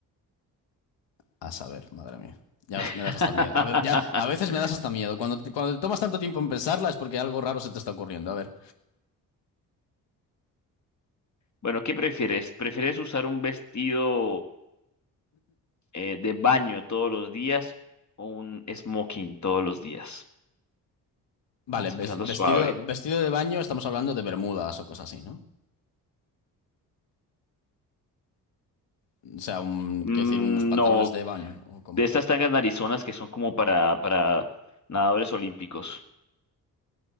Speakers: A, on the left; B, on the left.
A: A saber, madre mía. Ya ves,
B: <laughs>
A: me das hasta miedo. A ve- ya, a veces me das hasta miedo. Cuando te, cuando te tomas tanto tiempo en pensarla es porque algo raro se te está ocurriendo. A ver.
B: Bueno, ¿qué prefieres? ¿Prefieres usar un vestido eh, de baño todos los días o un smoking todos los días?
A: Vale,
B: Vamos
A: ves-
B: empezando
A: vestido,
B: suave.
A: vestido de baño, estamos hablando de bermudas o cosas así, ¿no? O sea, un,
B: Mm,
A: quiero decir, unos pantalones
B: no,
A: de baño o cómo.
B: de estas tangas narizonas que son como para, para nadadores olímpicos.